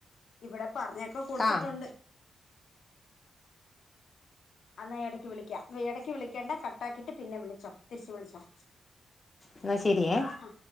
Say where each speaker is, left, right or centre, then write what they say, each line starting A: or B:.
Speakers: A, on the left; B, on the left.
A: ഇവിടെ പറഞ്ഞൊക്കെ കൊടുത്തിട്ടുണ്ട്.
B: ആ
A: അന്നാ ഇടക്ക് വിളിക്കാം ഇടക്ക് വിളിക്കേണ്ട കട്ടാക്കിട്ട് പിന്നെ വിളിച്ചോ തിരിച്ച് വിളിച്ചോ
B: എന്നാ ശെരിയേ
A: ആ